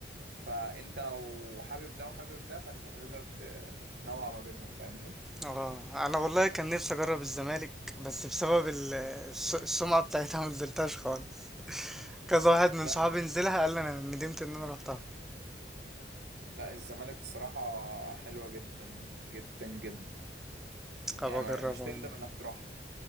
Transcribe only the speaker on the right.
فانت لو حابب ده وحابب ده فانت هتقدر ت- تنوع ما بينهم فاهمني
لا
لا الزمالك الصراحة حلوة جدا جدا جدا يعني
ما- مش تندم انك تروح